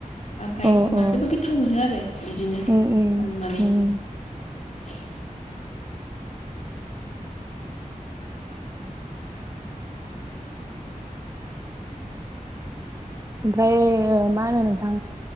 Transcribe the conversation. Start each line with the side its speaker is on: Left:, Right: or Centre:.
Left: ओमफाय
Right: औ
Left: अमाजोबो
Right: औ
Left: गोथाव मोनो आरो बिदिनो
Right: उम उम
Left: संनानै।
Right: उम
Left: <unintelligible>
Right: ओमफ्राय ओ मा होनो नोंथां